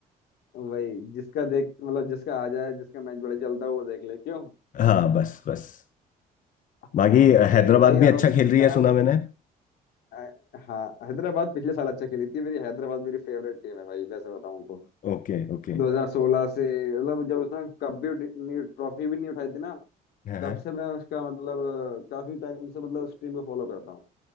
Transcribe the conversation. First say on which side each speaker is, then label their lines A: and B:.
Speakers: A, on the left (about 80°); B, on the left (about 55°).
A: वही जिसका देख मतलब जिसका आ जाए जिसका मैच बड़ा चलता हो वो देख ले क्यों
B: हाँ बस बस
A: हाँ
B: बाकी
A: सही
B: हैदराबाद
A: है भाई
B: भी
A: अब
B: अच्छा खेल
A: मैं
B: रही है सुना मैंने
A: अ, हाँ हैदराबाद पिछले साल अच्छा खेली थी मेरी हैदराबाद मेरी फेवरेट टीम है भाई वैसे बताऊं तो
B: Okay okay
A: 2016 से मतलब जब उसने कप भी नहीं- ट्रॉफी भी नहीं उठाई थी ना
B: हाँ
A: तब से मैं उसका मतलब अ, काफी टाइम से मतलब उस टीम को फॉलो करता